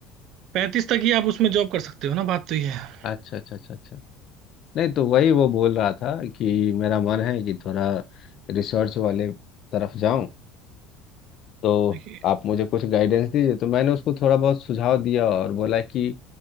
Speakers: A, on the right (about 55°); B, on the left (about 50°).
A: पैंतीस तक ही आप उसमें जॉब कर सकते हो ना बात तो ये है
B: अच्छा अच्छा अच्छा अच्छा नहीं तो वही वो बोल रहा था कि मेरा मन है कि थोड़ा रिसर्च वाले तरफ जाऊं तो
A: देखिए
B: आप मुझे कुछ गाइडेंस दीजिए तो मैंने उसको थोड़ा बहुत सुझाव दिया और बोला कि